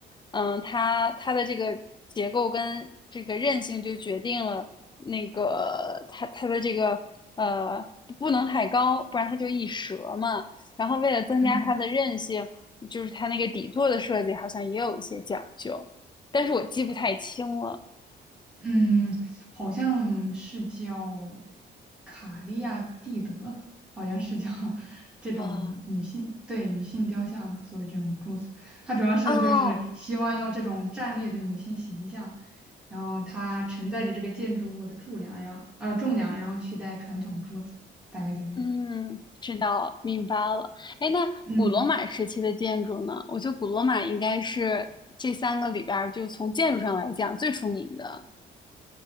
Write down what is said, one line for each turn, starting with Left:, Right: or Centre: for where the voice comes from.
Left: 嗯，它它的这个结构跟这个韧性就决定了那个它它的这个呃不能太高，不然它就易折嘛。然后为了增加它的韧性，
Centre: 嗯。
Left: 就是它那个底座的设计好像也有一些讲究，但是我记不太清了。
Centre: 嗯，好像是叫卡利亚蒂德，好像是叫 <laughs> 这种女性，
Left: 啊、
Centre: 对，女性雕像作为这种柱子，它主要是就是希望用这种站立的女性形象，
Left: 哦，
Centre: 然后它承载着这个建筑物的柱梁，然后呃重量，然后取代传统柱子，大概就是这样。
Left: 嗯，知道，明白了。哎，那古罗马时期的建筑呢？
Centre: 嗯，
Left: 我觉得古罗马应该是这三个里边儿，就从建筑上来讲最出名的。